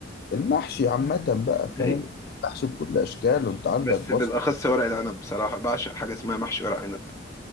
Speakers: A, on the left (about 50°); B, on the left (about 15°).
A: المحشي عامة بقى فاهم
B: ايوه
A: محشي بكل أشكاله أنت عندك
B: بس بالاخص
A: بصل
B: ورق العنب
A: وفلفل.
B: بصراحة بعشق حاجة اسمها محشي ورق عنب